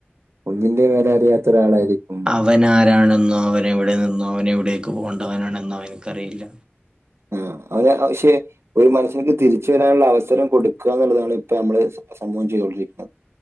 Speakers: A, on the right; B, on the right.
A: ഒന്നിന്റെ വില അറിയാത്ത ഒരാളായിരിക്കും
B: അവൻ ആരാണെന്നോ അവൻ എവിടെ നിന്നോ അവൻ എവിടെയേക്ക് പോണ്ടവനാണെന്നോ അവന്ക്കറിയില്ല
A: ആഹ് അവന് പക്ഷെ ഒരു മനസ്സിലേക്ക് തിരിച്ച വരാനുള്ള അവസരം കൊടുക്കുക എന്നുള്ളതാണ് ഇപ്പൊ നമ്മള് സമൂഹം ചെയ്തുകൊണ്ടിരിക്കുന്നത്.